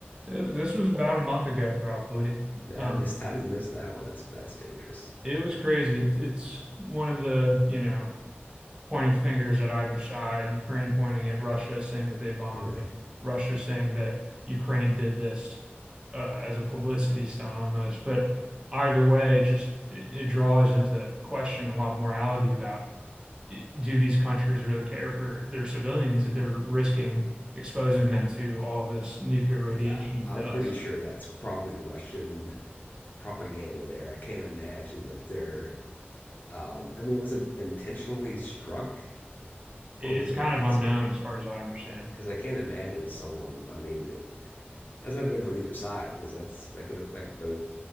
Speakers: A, on the right; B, on the left.
A: Th- This was about a month ago, probably.
B: Man,
A: Um,
B: I missed, <laughs> I didn't miss that one. That's that's dangerous.
A: it was crazy. It's it's one of the, you know. pointing fingers at either side, Ukraine pointing at Russia, saying that they bombed
B: Right,
A: them, Russia saying that Ukraine did this uh, as a publicity stunt almost. But either way, it just it, it draws into question a lot of morality about do these countries really care for their civilians if they're risking exposing
B: right.
A: them to all this nuclear radiation
B: Yeah,
A: and
B: I'm
A: dust?
B: pretty sure that's probably Russian propaganda there. I can't imagine that they're. Um, I mean, was it intentionally struck
A: It's
B: or was it
A: kind
B: an accident?
A: of unknown as far as I understand.
B: Because I can't imagine someone. I mean, that's not good for either side because that's that could affect both